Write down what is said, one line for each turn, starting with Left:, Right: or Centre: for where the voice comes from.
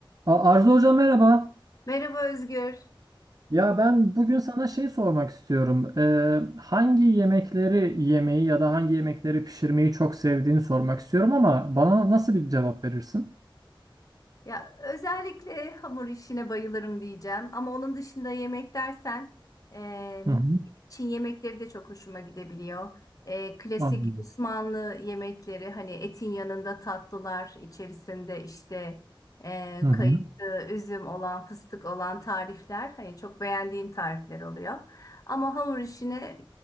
Right: A- Arzu Hoca merhaba.
Left: Merhaba Özgür.
Right: Ya ben bugün sana şey sormak istiyorum. Ee, hangi yemekleri yemeyi ya da hangi yemekleri pişirmeyi çok sevdiğini sormak istiyorum ama bana nasıl bir cevap verirsin?
Left: Ya özellikle hamur işine bayılırım diyeceğim. Ama onun dışında yemek dersen e,
Right: Hı hı.
Left: Çin yemekleri de çok hoşuma gidebiliyor. E, klasik
Right: Anladım.
Left: Osmanlı yemekleri hani etin yanında tatlılar içerisinde işte e,
Right: Hı hı.
Left: kayısı, üzüm olan, fıstık olan tarifler hani çok beğendiğim tarifler oluyor. Ama hamur işini